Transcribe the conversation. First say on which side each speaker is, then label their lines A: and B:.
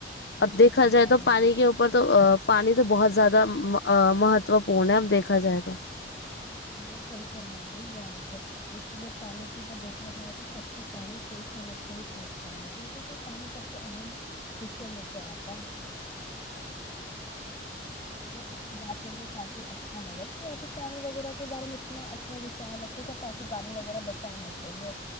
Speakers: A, on the left; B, on the left.
A: بالکل
B: اب دیکھا
A: صحیح
B: جائے
A: کہہ
B: تو
A: رہی
B: پانی
A: ہے
B: کے اوپر تو پانی تو بہت زیادہ مہتوپورن ہے اب دیکھا جائے تو
A: بلکل صحی فرمایا رہی ہے آپ اس لیے پانی کی تو دیکھا جائے تو سب کو پانی سوچ سمجھ کے ہی خرچ کرنا چاہیے کیونکہ پانی سب سے اہم حصوں میں سے آتا ہے آپ سے بات کرکے کافی اچھا لگا کہ آپ نے پانی وغیرہ کے بارے میں اتنا اچھا ویچار ٹھیک ہے تاکہ پانی وغیرہ بچانا چاہیے